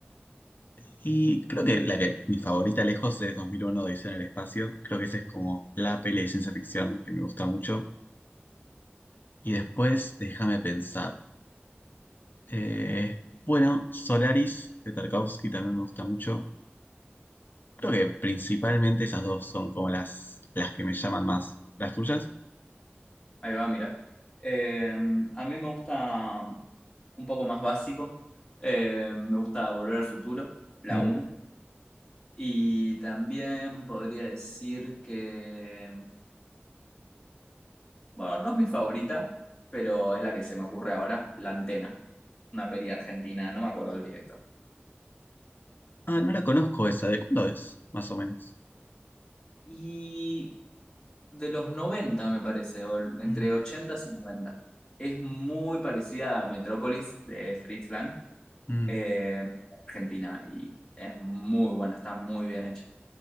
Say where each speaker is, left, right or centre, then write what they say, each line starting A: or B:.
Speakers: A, on the left; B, on the left.
A: y creo que la que mi favorita lejos es 2001 Odisea en el espacio. Creo que esa es como la peli de ciencia ficción que me gusta mucho. Y después, déjame pensar. eh, bueno, Solaris de Tarkovsky también me gusta mucho. Creo que principalmente esas dos son como las, las que me llaman más. ¿Las tuyas?
B: Ahí va, mira. Eh, a mí me gusta un poco más básico. Eh, me gusta Volver al Futuro, la
A: Mm.
B: 1. Y también podría decir que, bueno, no es mi favorita, pero es la que se me ocurre ahora, La Antena, una peli argentina, no me acuerdo del director.
A: Ah, no la conozco esa. ¿De cuándo es? Más o menos.
B: Y de los 90 me parece, o entre
A: Mm,
B: 80 y noventa Es muy parecida a Metrópolis de Fritz Lang,
A: mm.
B: eh, Argentina, y es muy buena, está muy bien hecha.